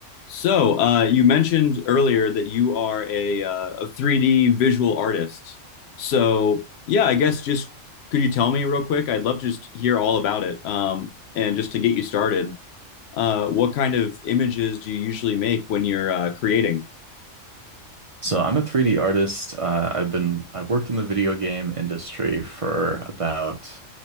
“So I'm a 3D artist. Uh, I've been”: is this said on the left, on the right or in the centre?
Right